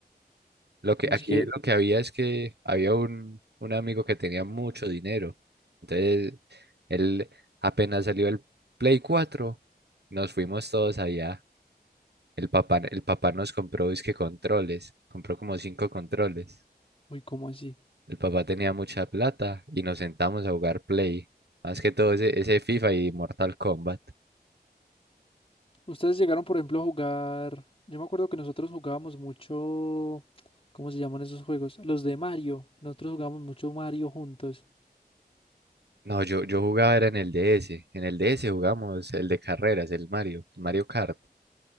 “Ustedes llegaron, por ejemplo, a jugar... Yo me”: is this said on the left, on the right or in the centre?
Left